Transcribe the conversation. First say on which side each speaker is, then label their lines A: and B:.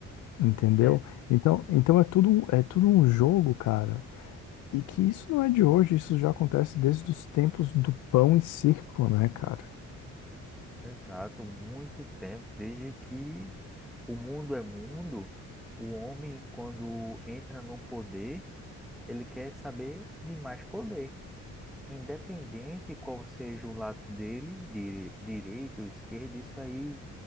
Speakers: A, on the left; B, in the centre.
A: entendeu?
B: É,
A: Então, então é tudo, um- é tudo um jogo, cara. E que isso não é de hoje, isso já acontece desde os tempos do pão e circo, né, cara?
B: exato, muito tempo, desde que o mundo é mundo, o homem, quando entra no poder, ele quer saber de mais poder. Independente qual seja o lado dele, dire, direito ou esquerdo, isso aí